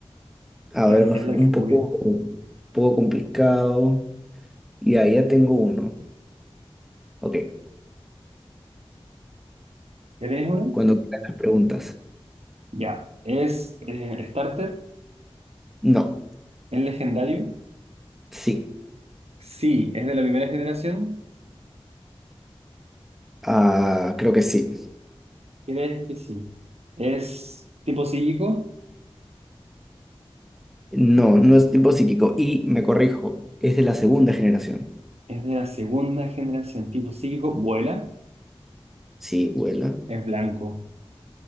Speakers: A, in the centre; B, on the right (about 80°).
A: A
B: Es,
A: ver,
B: es la
A: un
B: que jugué.
A: poco, un poco complicado. Y ahí ya tengo uno. Ok,
B: ¿Ya tienes uno?
A: cuando quieran las preguntas.
B: Ya. ¿Es eh, starter?
A: No,
B: ¿Es legendario?
A: sí.
B: Sí. ¿Es de la primera generación?
A: Ah, creo que sí.
B: ¿Crees que sí? ¿Es tipo psíquico?
A: No, no es tipo psíquico. Y me corrijo, es de la segunda generación.
B: ¿Es de la segunda generación? ¿Tipo psíquico? ¿Vuela?
A: Sí, vuela.
B: ¿Es blanco?